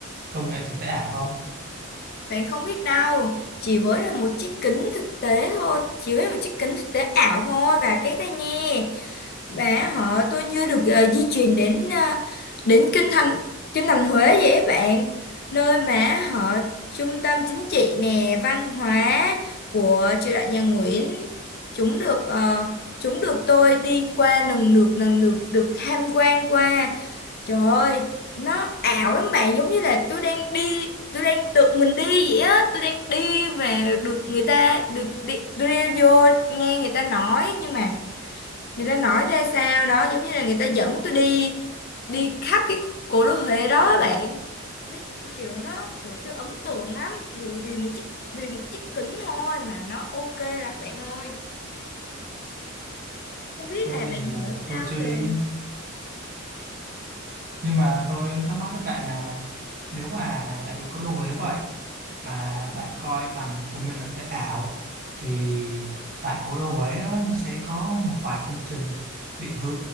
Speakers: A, on the right; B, on the left.
A: công nghệ thực tế ảo không?
B: Bạn không biết đâu, chỉ với là một chiếc kính thực tế thôi, chỉ với một chiếc kính thực tế ảo thôi và cái tai nghe. Và họ tôi như được ờ, di chuyển đến ờ, đến kinh thành kinh thành Huế vậy á bạn nơi mà họ trung tâm chính trị nè văn hóa của triều đại nhà Nguyễn chúng được ờ, chúng được tôi đi qua lần lượt lần lượt được tham quan qua trời ơi nó ảo lắm bạn giống như là tôi đang đi tôi đang tự mình đi vậy á tôi đang đi và được người ta được đi, tôi đi vô nghe người ta nói nhưng mà người ta nói ra sao đó giống như là người ta dẫn tôi đi đi khắp cái cố đô Huế đó á bạn nó kiểu nó kiểu tôi ấn tượng lắm chỉ vì một chiếc vì một chiếc kính thôi mà nó ok lắm bạn ơi không biết
A: Tôi
B: là bạn
A: thì à,
B: hiểu sao
A: tôi chưa
B: về
A: đi. Nhưng mà tôi thắc mắc với bạn là nếu mà bạn đi cố đô Huế vậy mà bạn coi bằng công nghệ thực tế ảo thì tại cố đô Huế á, nó sẽ có một vài công trình bị hư